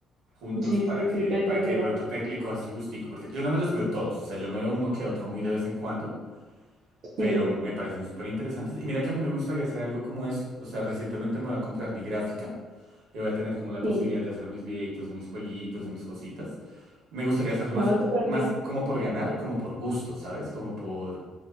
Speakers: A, on the right (about 75°); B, on the right (about 50°).
A: juntos,
B: sí,
A: para
B: sí, sí,
A: que,
B: estoy
A: para
B: de acuerdo.
A: que de pronto te, le cojas el gustico, porque yo no me los veo todos, o sea, yo me veo uno que otro muy de vez en cuando.
B: Sí,
A: pero me parecen súper interesantes. Y mira que a mí me gustaría hacer algo como eso. O sea, recientemente me voy a comprar mi gráfica y voy a tener como la
B: sí,
A: posibilidad de hacer mis videitos de mis jueguitos, de mis cositas. Me gustaría hacerlo
B: me
A: más,
B: va súper
A: más
B: bien.
A: como por ganar, como por gusto, ¿sabes? Como por,